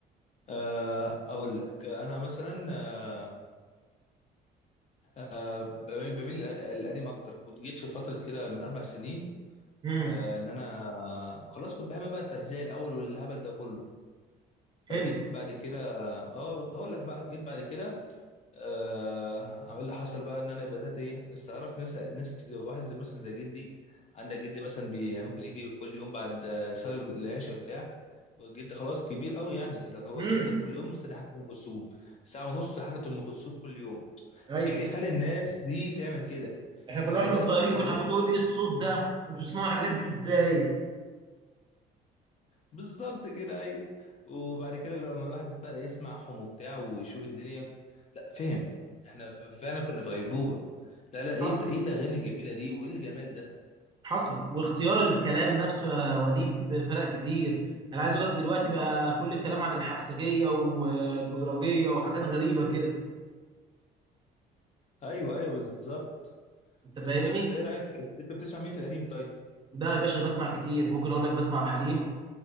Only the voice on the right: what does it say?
امم
حلو
امم
ايوه
احنا
كنا واحنا
صغيرين
كنا
عمالين نقول ايه الصوت ده انتوا بتسمعوا الحاجات دي ازاي
حصل
حصل واختيار الكلام نفسه يا وليد فرق كتير انا عايز اقول لك دلوقتي بقى كل الكلام عن الحبسجيه والبدرجيه وحاجات غريبه كده
انت فاهمني
ده يا باشا انا بسمع كتير ممكن اقول لك بسمع عبد الحليم